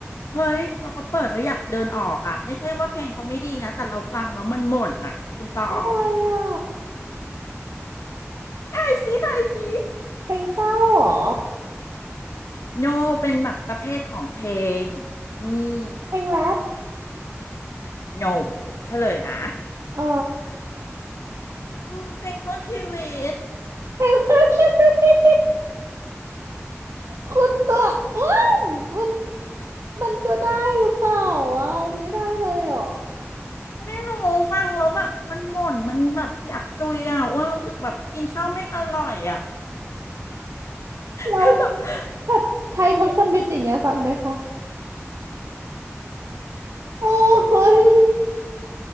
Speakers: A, on the left; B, on the right.
A: เฮ้ยพอเขาเปิดแล้วอยากเดินออกอ่ะไม่ใช่ว่าเพลงเขาไม่ดีนะแต่เราฟังแล้วมันหม่นอ่ะคุณตอง
B: อะไรอ่ะ
A: ถ่ายสีถายสี
B: เพลงเศร้าเหรอ
A: no เป็นแบบประเภทของเพลงอืม
B: เพลงแรป
A: no เฉลยนะ
B: เออ
A: อืมเพลงเพื่อชีวิต
B: เพลงแรปใช่ไหมคนตัวอ้วนมันมันก็ได้หรือเปล่าวะมันไม่ได้เลยเหรอ
A: ไม่รู้ฟังแล้วแบบมันหม่นมันแบบอยากตุยอ่ะอ้วนรู้สึกแบบกินข้าวไม่อร่อยอ่ะ
B: เรา
A: คือแบบ <gasps>
B: แบบไทยทศมิตรอย่างเงี้ยฟังไหมคะโอ้ย